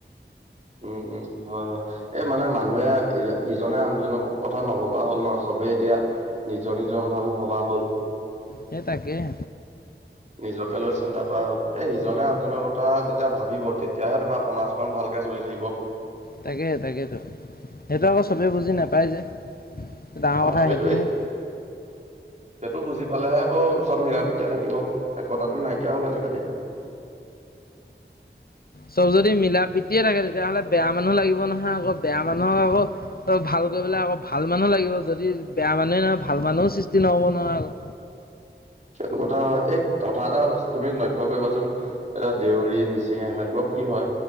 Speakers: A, on the right; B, on the left.
A: উম- উম হয়- হয় এই মানে মানুহে ইজনে আনজনৰ কথা নভবা হ'ল নহ চবেই এতিয়া নিজৰ নিজৰ কথাবোৰ ভবা হ'ল।
B: সেই তাকেহে
A: নিজকে লৈ চিন্তা কৰা হ'ল, এ ইজনে আনজনৰ কথা যেতিয়া ভাবিব তেতিয়াহে তোমাক সমাজখন ভালকে চলি থাকিব।
B: তাকেহে তাকেইতো সেইটো আকৌ চবে বুজি নাপায় যে। ডাঙৰ
A: অ'
B: কথা
A: সেইটোৱেই।
B: সেইটোহে
A: সেইটো বুজি পালেহে আকৌ চ'ব মিলা-প্ৰীতিয়ে থাকিব একতাটো নাইকিয়া হ'ল আজিকালি।
B: চব যদি মিলা প্ৰীতিয়ে থাকে তেতিয়াহ'লে বেয়া মানুহ লাগিব নহয় আকৌ বেয়া মানুহক আকৌ ত ভাল কৰিবলে আকৌ ভাল মানুহ লাগিব যদি বেয়া মানুহে নহয় ভাল মানুহো সৃষ্টি নহ'ব নহয় আকৌ।
A: সেইটো কথা হয় এক কথা এটা তুমি লক্ষ্য কৰিবাচোন এতিয়া দেউৰী মিচিং এহতবোৰ কি হয়